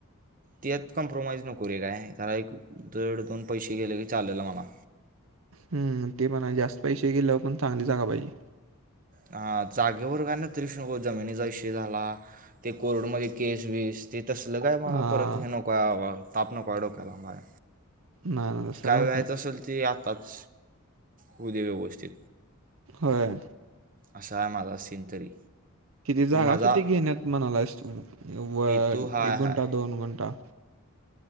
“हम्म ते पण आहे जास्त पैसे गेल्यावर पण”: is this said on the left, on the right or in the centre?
Right